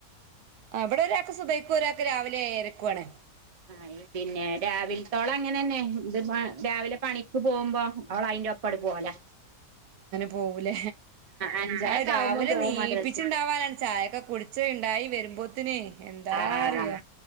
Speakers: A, on the right; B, on the right.
A: ആ ഇവടെ ഒരാൾക്ക് സുഫൈക്കും ഒരാക്ക് രാവിലെ ഏഴരക്കുവാണ്.
B: ആ പിന്നെ രാവിലത്തോളം അങ്ങനെ തന്നെ ഇത് രാവിലെ പണിക്ക് പോകുമ്പോ അവള് അയിൻ്റെ ഒപ്പങ്ങട് പോകലാ.
A: പോല
B: അഞ്ചരൊക്കെ
A: അത് രാവിലെ
B: ആവുമ്പോ പോവും
A: നീപ്പിച്ചുണ്ടാവാനാണ്
B: മദ്രസക്ക്
A: ചായൊക്കെ കുടിച്ച് ഉണ്ടായി വരുമ്പോ എന്താ
B: ആഹ് ആഹ്
A: അറിയോ.
B: ആഹ്